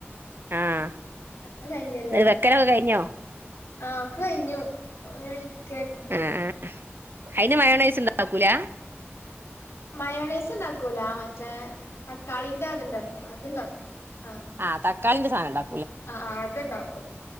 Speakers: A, on the right; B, on the left.
A: ആഹ്
B: അത് കഴിഞ്ഞല്ലോ
A: എന്നിട്ട് വെക്കലൊക്കെ കഴിഞ്ഞോ
B: ആഹ് ഒക്കെ കഴിഞ്ഞു. ഇങ്ങനെ ഇരിക്കെന്നെ
A: ആഹ് ആഹ് അയ്ന് മയോണൈസ് ണ്ടാക്കൂല?
B: മയോണൈസ് ണ്ടാക്കൂല മറ്റേ തക്കാളിന്റെ അത്ണ്ടല്ലോ അത്ണ്ടാക്കും. ആഹ്
A: ആഹ് തക്കാളിന്റെ സാനണ്ടാ
B: ആഹ് ആഹ് അത്ണ്ടാക്കും